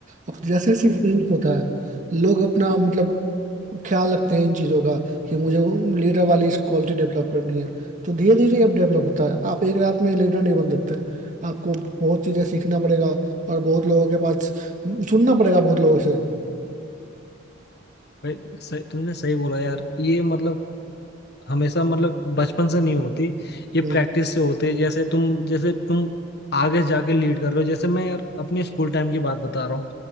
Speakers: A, on the right (about 40°); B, on the left (about 60°).
A: और जैसे जैसे एक्सपीरियंस होता है लोग अपना मतलब ख्याल रखते हैं इन चीज़ों का कि मुझे लीडर वाली इस क्वालिटी डेवलप करनी है तो धीरे धीरे आप डेवलप होता है आप एक रात में लीडर नहीं बन सकते आपको बहुत चीज़ें सीखना पड़ेगा और बहुत लोगों के पास सुनना पड़ेगा बहुत लोगों से
B: भाई सही, तुमने सही बोला यार ये मतलब हमेशा मतलब बचपन से नहीं होती ये
A: हम्म
B: प्रैक्टिस से होती है जैसे तुम जैसे तुम आगे जाके लीड कर रहे हो जैसे मैं यार अपने स्कूल टाइम की बात बता रहा हूँ